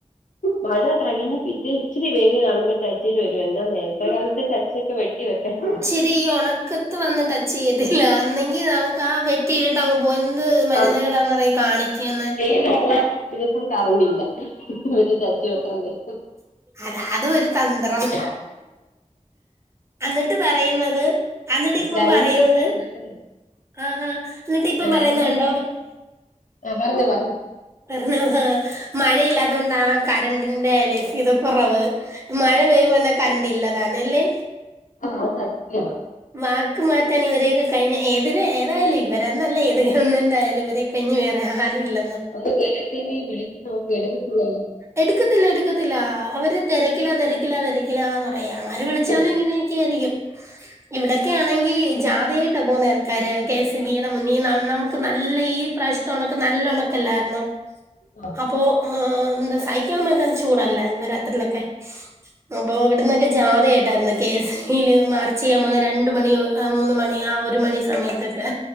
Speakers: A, on the left (about 90°); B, on the right (about 20°).
A: മഴ കഴിഞ്ഞ്, പിറ്റേ ഇച്ചിരി വെയ്ൽ കാണുമ്പോ <unintelligible> എന്നാ <unintelligible> <unintelligible> കാലത്തെ <unintelligible> വെട്ടി <unintelligible>
B: അത്, ഈ ഉണക്കത്ത് വന്ന് ടച്ച് ചെയ്തില്ല. അന്നെങ്കിൽ നമുക്ക് ആ വെ തീരിട്ട അങ്ങ് പോ. എന്ത് <unintelligible>
A: ആണ്
B: ഈ കാണിക്കുന്നേ?
A: <inaudible> ദിവസം കരന്റ് ഇല്ല ഏണിച് എറച്ചി വെട്ടാൻ പോയി.
B: അത് അതും ഒരു തന്ത്രം
A: <inaudible>
B: അന്നിട്ട് പറയുന്നത് അന്നിട്ട് ഇപ്പോ
A: ലൈനിലോട്ട്
B: പറയുന്നത്.
A: കിടക്കുന്നു
B: ആഹ് എന്നിട്ട് ഇപ്പം
A: ആ
B: പറയുന്നത് എന്ത്‌
A: <inaudible> ആ പറഞ്ഞോ പറഞ്ഞോ.
B: പെർണവ മഴയിലത്തൊണ്ട കറണ്ടിന്റെ ലേസിയുടെ കുറവ്. മഴ പെയ്യുബോ എന്താ കറണ്ട് ഇല്ലാതാനല്ലേ.
A: അമ്മാവ് സത്യമാ
B: വാക്ക്മാറ്റാൻ ഇവരൊക്കെ കഴിഞ്ഞേ ഏതിന് ഏതായാലും ഇവരന്നല്ല ഏത് ഗവൺമെന്റായാലും ഇവരെ കഴിഞ്ഞു വേറെ ആരൂല്ല.
A: ഒന്ന് കെ സ് ഇ ബി വിളിച്ച് നോക്കി എടുക്കത്തില്ലല്ലോ
B: എടുക്കത്തില്ല എടുക്കത്തില്ല അവര് തെരക്കില തെരക്കില തെരെ കിലാ, പറയാണ് ആര്
A: മാറ്റി
B: വിളിച്ചാലും
A: വെച്ചോ
B: ഇങ്ങനെയൊകെയിരിക്കും ഇവിടെ. ഒക്കെ ആണെങ്കിൽ ജാഥയായിട്ട് പോവുന്നെ ആൾക്കാർ കെ സ് ഇ ബി, മൂന്നിന്ന നമുക്ക് നല്ല ഈ പ്രാവശ്യത്തെ ഒണക്ക് നല്ല ഒണക്കലായിരുന്നോ.
A: ആഹ്
B: അപ്പോ ആ എന്താ സഹിക്കാൻ പറ്റാത്തെ ചൂടല്ലേ ഇന്നലെ രാത്രിയിലൊക്കെ. അപ്പോ ഇവിടന്നൊക്കെ ജാഥയട്ടായിരുന്നാ കെ സ് ല് മാർച്ച് ചെയ്യാൻ പോവുന്ന രണ്ട് മണി ഏ മൂന്ന് മണി ആ ഒരു മണി സമയത്തൊക്കെ.